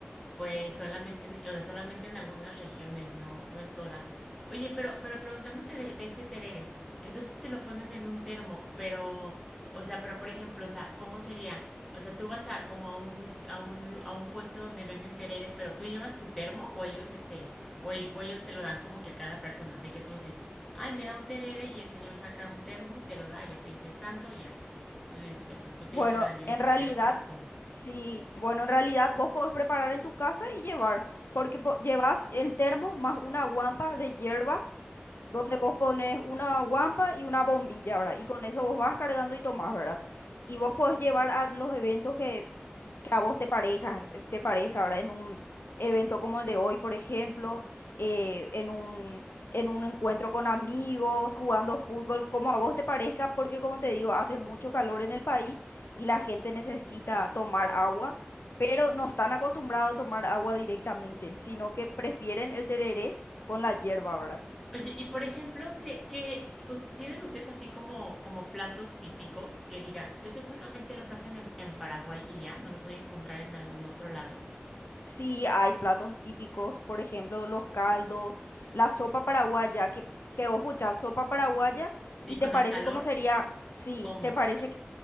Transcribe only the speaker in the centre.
Pues solamente, en- o sea, solamente en algunas regiones, no, no en todas. Oye, pero, pero preguntándote de, de este terere, entonces te lo ponen en un termo, pero, o sea, pero por ejemplo, o sea, ¿cómo sería? O sea, tú vas a como a un, a un, a un puesto donde venden terere, pero tú llevas tu termo o ellos, este, o, ell- o ellos se lo dan como que a cada persona, de que tú dices, ay, me da un terere y el señor saca un termo, te lo da, ya te dices tanto, ya, tú, ya tú, tú te
llevas la bebida
en su
termo o cómo.
Oye, y por ejemplo, ¿qué, qué- us- tienen ustedes así como, como platos típicos que diga, "So, ¿esos solamente los hacen en, en Paraguay y ya? ¿No los voy a encontrar en algún otro lado?
Sí,
con
el calor,
¿cómo?